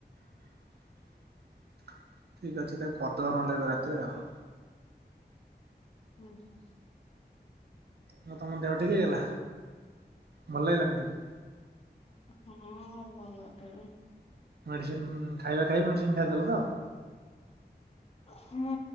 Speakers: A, on the right; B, on the left.
A: <inaudible> ଠିକ ଅଛି ତାକୁ କରିଦବା ନହେଲେ ଏବେ ରାତିରେ ଆଉ।
B: ହୁଁ ହୁଁ।
A: ଆଉ ତମ ଦେହ ଟିକେ ହେଇଗଲା ଭଲ ଲାଗିଲାନା ଟିକେ?
B: ହଁ ଭଲ ଟେ।
A: ମେଡିସିନ ଖାଇବା ଖାଇ ମେଡିସିନ ଖାଇଦେଲ ତ?
B: ହୁଁ